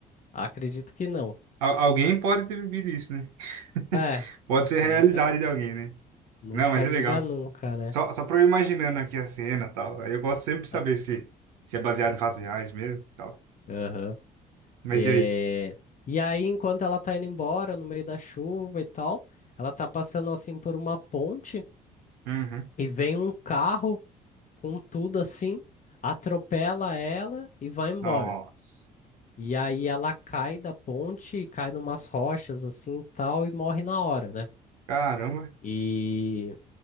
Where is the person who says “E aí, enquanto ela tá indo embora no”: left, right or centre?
Left